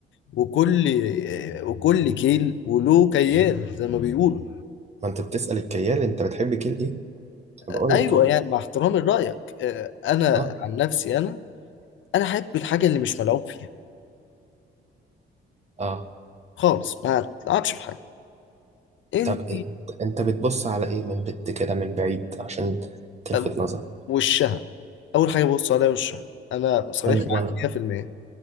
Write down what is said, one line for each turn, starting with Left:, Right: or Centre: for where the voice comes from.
Left: وكل وكل كيل وله كيال زي ما بيقولوا
Right: ما انت بتسأل الكيال انت بتحب كيل ايه انا
Left: ايوه
Right: بقول لك اهو
Left: يعني مع احترامي لرايك آه، انا
Right: اه
Left: عن نفسي انا انا احب الحاجه اللي مش ملعوب فيها
Right: اه
Left: خالص ما تلعبش في حاجه انت
Right: طب إيه؟ انت بتبص على ايه من البت كده من بعيد عشان تلفت
Left: آه،
Right: نظر
Left: وشها اول حاجه ببص عليها وشها انا صريح
Right: انا
Left: معاك
Right: وانا
Left: 100%